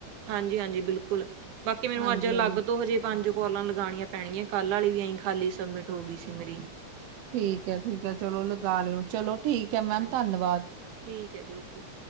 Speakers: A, on the right; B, on the right.
A: ਹਾਂਜੀ ਹਾਂਜੀ ਬਿਲਕੁਲ ਬਾਕੀ ਮੈਨੂੰ
B: ਹਾਂਜੀ
A: ਅੱਜ ਅਲੱਗ
B: ਹਾਂਜੀ
A: ਤੋਂ ਹਜੇ ਪੰਜ ਕੌਲਾ ਲਗਾਣੀਆਂ ਪੈਣਗੀਆਂ ਕੱਲ ਆਲੀ ਵੀ ਐਈ ਖਾਲੀ ਸਬਮਿਟ ਹੋ ਗਈ ਸੀ ਮੇਰੀ।
B: ਠੀਕ ਹੈ ਠੀਕ ਹੈ ਚਲੋ ਲਗਾ ਲਿਓ ਚਲੋ ਠੀਕ ਹੈ ਮੈਮ
A: ਹਾਂਜੀ
B: ਧੰਨਵਾਦ
A: ਠੀਕ ਹੈ ਜੀ ਓਕੇ